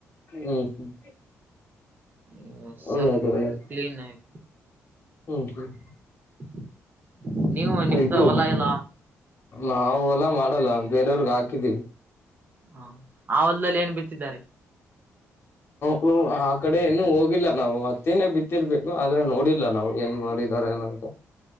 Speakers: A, on the left; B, on the right.
A: ಹ್ಮ್ ಹ್ಮ್
B: ಹ್ಮ ಸ್ವಲ್ಪ
A: ಒಳ್ಳೇದು ಒಳ್ಳೇದು
B: ಕ್ಲೀನ್ ಆಗ.
A: ಹ್ಮ್ ಹ್ಮ್
B: <inaudible> ನೀವು ನಿಮ್ದ
A: ಇದು
B: ಹೊಲ ಇಲ್ಲ
A: ನಾವು ಎಲ್ಲ ಮಾಡ. ಮಾಡಲ್ಲ ಬೇರೆಯವ್ರಗ್ ಹಾಕಿದೀವಿ.
B: ಹಾ ಆ ಹೋಲ್ದಾಲ್ಲಿ ಏನ್ ಬಿತ್ತಿದ್ದಾರೆ.
A: ಹುಹ್ ಆ ಕಡೆ ಇನ್ನುೂ ಹೋಗಿಲ್ಲ ನಾವು ಅತ್ತಿನೇ ಬಿತ್ತಿರ್ಬೇಕು ಆದ್ರೆ ನೋಡಿಲ್ಲ ನಾವ್ ಏನ್ ಮಾಡಿದಾರ ಏನಂತ.